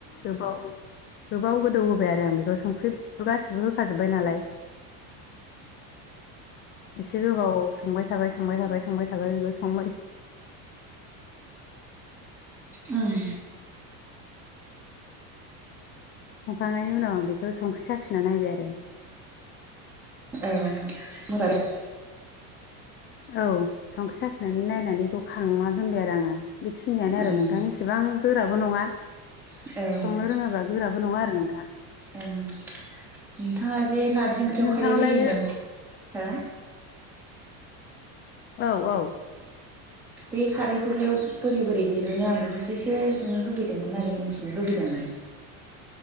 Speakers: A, on the left; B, in the centre.
A: गोबाव-गोबाव गोदौ होबाय आरो आं बेखौ संख्रि गासिबो होखाजोब्बाय नालाय। एसे गोबाव संबाय थाबाय संबाय थाबाय संबाय थाबाय बेबो संबाय
B: उम
A: संखांनायनि उनाव आं बेखौ संख्रि साखिना नायबाय आरो
B: औ <inaudible>
A: औ संख्रि साखिनानै नायनानै एखौ खांना दोनबाय आरो आङो बेखिनियानो
B: उम
A: आरो नोंथां इसेबां गोराबो नङा
B: <inaudible> उम
A: संनो रोङाबा गोराबो नङा आरो नोंथा
B: नोंथाङा जे नारजि ओंख्रियाव
A: नोंथाङालाय
B: खारै होयो होनदों हो
A: औ औ
B: बे खारैखौलायाव अफ बोरै बोरै दिरुनो आं बेखौसो एसे सोंनो लुबैदोंमोन आरो मिन्थिनो लुबैदोंमोन।